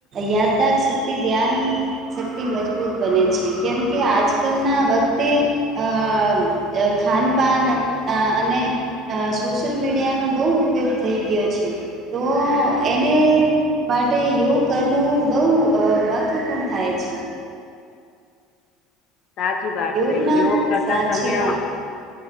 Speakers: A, on the right; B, on the left.
A: યા યથાશક્તિ ધ્યાનશક્તિ મજબૂત બને છે કેમ કે આજકાલના વખ તે અ અ ખાન પાન અને સોશિયલ મીડિયાનો બહુ ઉપયોગ થઈ ગયો છે તો એને માટે યોગ કરવું, બહુ અ મહત્ત્વપૂર્ણ થાય છે.
B: સાચી વાત
A: યોગના
B: કઈ યોગ કરતા
A: સાચી
B: સમય
A: વાત